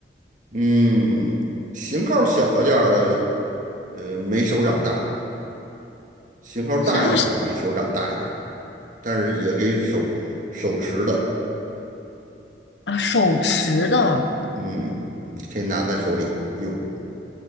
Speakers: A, on the right (about 45°); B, on the left (about 75°).
A: 嗯，型号小一点儿的，呃，没手掌大，型号大一点儿的比手掌大一点儿，
B: 然后
A: 但是也可以手手持的。
B: 啊，手持的
A: 嗯，你可以拿在手里用。